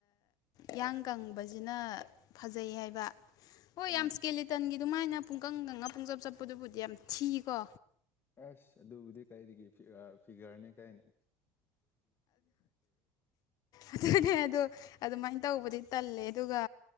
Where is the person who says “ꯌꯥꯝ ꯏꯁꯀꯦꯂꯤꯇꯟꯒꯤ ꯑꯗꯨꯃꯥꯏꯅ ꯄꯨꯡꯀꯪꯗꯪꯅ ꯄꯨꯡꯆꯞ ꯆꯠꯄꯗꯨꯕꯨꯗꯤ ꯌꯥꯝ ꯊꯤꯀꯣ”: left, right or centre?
Left